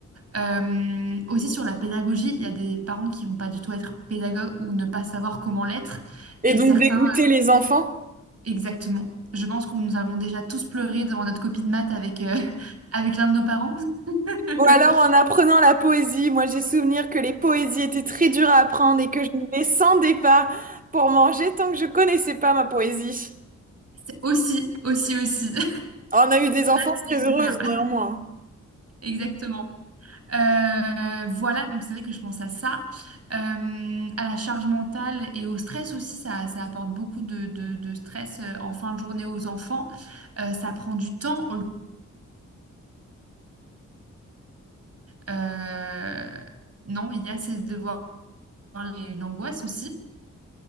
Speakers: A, on the right; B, on the right.
A: Euh, aussi sur la pédagogie, il y a des parents qui vont pas du tout être pédagogues ou ne pas savoir comment l'être,
B: Et
A: et
B: donc
A: certains
B: dégoûter les enfants.
A: exactement. Je pense qu'on nous avons déjà tous pleuré devant notre copie de maths avec, euh, <laughs> avec l'un de nos parents.
B: Ou
A: <laughs>
B: alors en apprenant la poésie, moi j'ai souvenir que les poésies étaient très dures à apprendre et que je ne descendais pas pour manger tant que je connaissais pas ma poésie.
A: C'est aussi, aussi, aussi. <laughs>
B: On a eu des
A: Maths
B: enfances très
A: avec mon
B: heureuses
A: père. <laughs>
B: néanmoins.
A: Exactement. Euh, voilà, donc c'est vrai que je pense à ça, Euh, à la charge mentale et au stress aussi, ça, ça apporte beaucoup de, de- de stress euh, en fin de journée aux enfants. Euh, ça prend du temps Euh, non, il y a ces devoirs et une angoisse aussi.